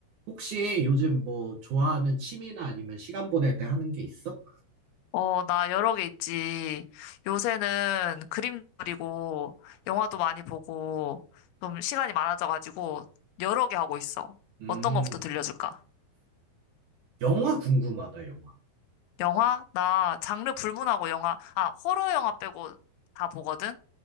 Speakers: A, on the right (about 60°); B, on the left (about 85°).
A: 혹시 요즘 뭐 좋아하는 취미나 아니면 시간 보낼 때 하는 게 있어?
B: 어, 나 여러 개 있지. 요새는 그림 그리고 영화도 많이 보고 좀 시간이 많아져가지고 여러 개 하고 있어.
A: 음,
B: 어떤 거부터 들려줄까?
A: 영화 궁금하다, 영화.
B: 영화? 나 장르 불문하고 영화, 아, 호러 영화 빼고 다 보거든?